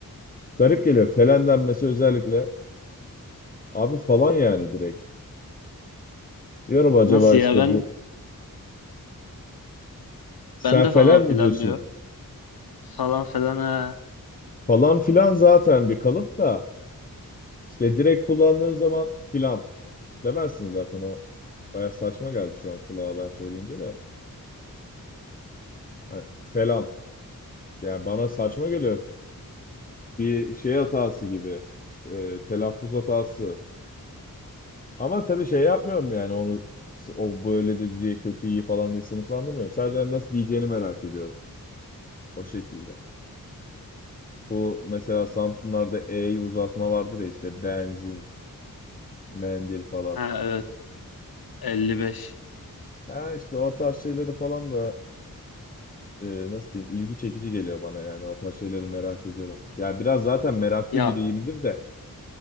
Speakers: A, on the left; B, on the left.
A: Garip geliyor. Felen denmesi özellikle. Abi falan yani direkt. Diyorum acaba
B: Nasıl ya
A: işte
B: ben
A: bu sen
B: ben de
A: felen
B: falan filan
A: mi diyorsun?
B: diyor. Falan filan ha.
A: Falan filan zaten bir kalıp da işte direkt kullandığın zaman filan. demezsin zaten o. Baya saçma geldi şu an kulağa ben söyleyince de. Hani falan. Yani bana saçma geliyor. Bir şey hatası gibi. E, telaffuz hatası. Ama tabii şey yapmıyorum yani onu o böyle dedi diye kötü iyi falan diye sınıflandırmıyorum. Sadece hani nasıl diyeceğini merak ediyorum. O şekilde. Bu mesela Samsunlarda E'yi uzatma vardır ya işte benzin, mendil falan.
B: Ha evet 55.
A: Ha işte o tarz şeyleri falan da e, nasıl diyeyim ilgi çekici geliyor bana yani o tarz şeyleri merak ediyorum. Ya biraz zaten meraklı
B: Ya
A: biriyimdir de.